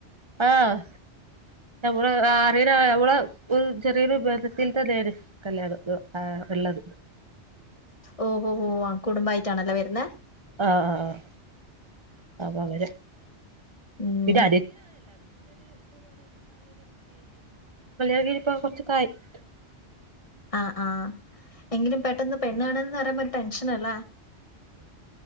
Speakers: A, on the right (about 30°); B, on the left (about 30°).
A: ആഹ് നമ്മള് അറിയന നമ്മള ഒരു ചെറിയൊരു ബന്ധത്തിൽ തന്നെയാണ് കല്യാണം ആഹ് ഉള്ളത്
B: ഓഹോ ഓ കുടുംബമായിട്ടാണല്ലേ വരുന്ന
A: ആഹ് ആഹ് ആഹ് അകര
B: ഉം.
A: പിന്നെ അഹ് <unintelligible>
B: അ ആ എങ്കിലും പെട്ടന്ന് പെണ്ണ് കാണല്ന്ന് പറയുമ്പോ ഒരു ടെൻഷന്ല്ലേ?